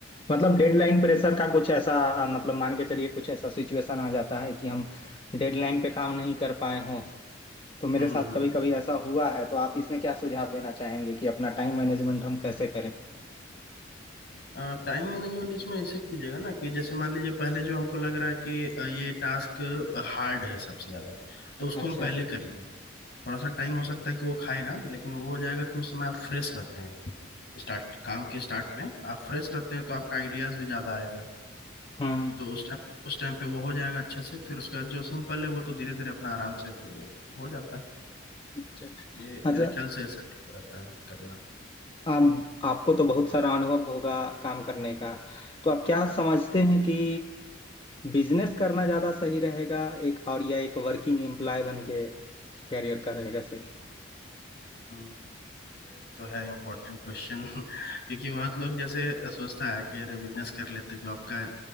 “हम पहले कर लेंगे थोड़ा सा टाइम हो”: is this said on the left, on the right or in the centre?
Left